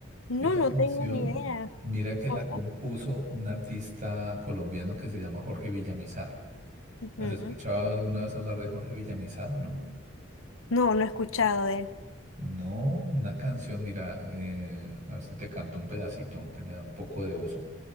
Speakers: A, on the left; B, on the right.
A: No,
B: Esa
A: no
B: canción,
A: tengo ni idea.
B: mira que
A: Ojo.
B: la compuso un artista colombiano que se llama Jorge Villamizar.
A: Ujú.
B: ¿Has escuchado alguna vez hablar de Jorge Villamizar o no?
A: No, no he escuchado de él.
B: No, una canción, mira, eh, a ver si te canto un pedacito que me da un poco de oso.